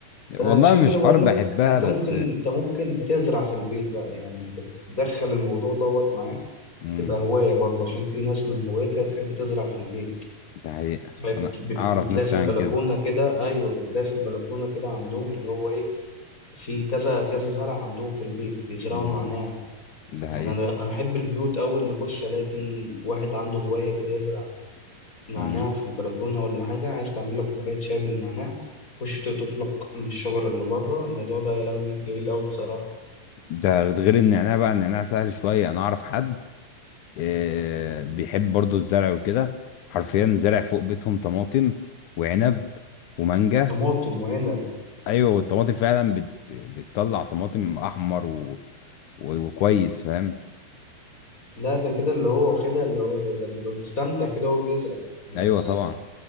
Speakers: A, on the left; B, on the left.
A: فانا
B: والله
A: عشان
B: مش
A: كده بقول
B: حرب
A: لك
B: بحبها
A: انت
B: بس
A: ممكن انت ممكن تزرع في البيت بقى يعني انت تدخل الموضوع دوت معاك
B: امم
A: تبقى هواية برضه عشان في ناس من هوايتها تحب تزرع في البيت
B: ده حقيقة
A: بت-
B: انا
A: بت-
B: اعرف
A: بتلاقي
B: ناس
A: في
B: فعلا
A: البلكونة
B: كده
A: كده ايوه بتلاقي في البلكونة كده عندهم اللي هو ايه في كذا كذا زرع عندهم في البيت بيزرعوا
B: امم
A: نعناع
B: ده
A: يعني
B: حقيقة
A: انا انا احب البيوت قوي اللي اخش الاقي فيه واحد عنده هواية كده يزرع نعناع
B: امم
A: في البلكونة ولا حاجة عايز تعمل لك كوباية شاي بالنعناع خش تقطف لك من الشجرة اللي بره الموضوع ده يا لهوي جميل أوي بصراحة
B: ده غير النعناع بقى النعناع سهل شوية انا اعرف حد آه بيحب برضه الزرع وكده حرفيا زرع فوق بيتهم طماطم وعنب ومانجا
A: طماطم وعنب
B: ايوه والطماطم فعلا بت... بتطلع طماطم احمر و... و... وكويس فاهم
A: لا ده كده اللي هو واخدها اللي هو ده ده بيبقى مستمتع كده وهو بيزرع ده
B: ايوه
A: ده
B: طبعا